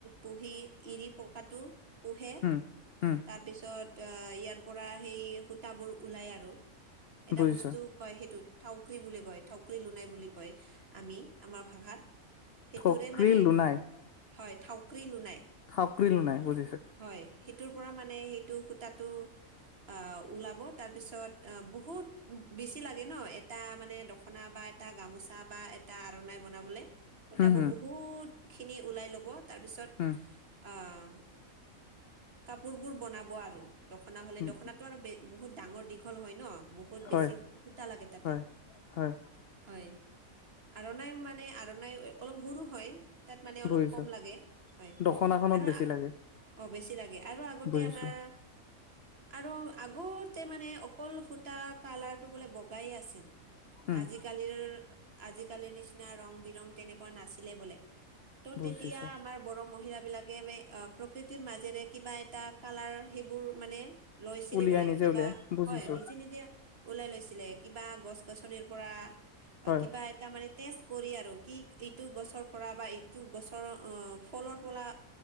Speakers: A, on the right; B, on the left.
A: পুহি এৰি পকাটো পোহে
B: উম উম
A: তাৰ পিছত আ ইয়াৰ পৰা সেই সূতাবোৰ ওলাই আৰু এটা
B: বুজিছো
A: বস্তু কয় সেইটোত থউক বুলি কয় থউক লোনাই বুলি কয় আমি আমাৰ ভাষাত সেইটোৰে
B: থঠকৰি
A: মানে
B: লোনাই
A: হয় থউক্ৰী লুাই
B: চাকৰিলো নাই বুজিছে
A: হয় সেইটোৰ পৰা মানে সেইটো সূতাটো। অ, ওলাব তাৰ পিছত বহুত বেছি লাগে ন, এটা মানে দখনা বাট এটা গামোচা বা এটা আৰনাই বনাবলৈ। সুতাবোৰ
B: হম
A: বহুত খিনি ওলাই লব তাৰপিছত
B: হম
A: আহ। কাপোৰ বোৰ বনাব আৰু দখনা হলে
B: উম
A: দখনাতো আৰু বহুত ডাঙৰ দীঘল হয় ন বহুত। ক'ত
B: হয়
A: বেছি সূতা লাগে তাতে
B: হয় হয়
A: হয় আৰনাই মানে আৰনাই অলপ সুৰো হয়। তাত মানে অলপ
B: বুজিছো
A: কম লাগে হয়
B: দখনাখনত
A: আৰু।
B: বেছি লাগে
A: অ, বেছি লাগে আৰু আগতে
B: বুজিছো
A: আমাৰ আৰু আগতে মানে অকলু সুটা কালাৰটো বোলে বগাই আছিল
B: উম
A: আজিকালিৰ আজিকালিৰ নিচিনা ৰং, বিৰং তেনেকুৱা নাছিলে বোলে ত'
B: বুজিছো
A: তেতিয়া আমাৰ বৰ মহিল বিলাকে অ, প্ৰকৃতিৰ মাজেৰে কিবা এটা কালাৰ সেইবোৰ মানে লৈছিলে
B: উলিয়াই
A: বোলে
B: নিজে
A: কিবা
B: উলিয়াই বুজিছো
A: হয় নিজে, নিজে ওলাই লৈছিলে কিবা গছ-গছনিৰ পৰা
B: হয়
A: কিবা তাৰ মানে তেজ কৰি আৰু কি ইটো গছৰ পৰা বা ইটো গছৰ অ, ফলৰ পৰা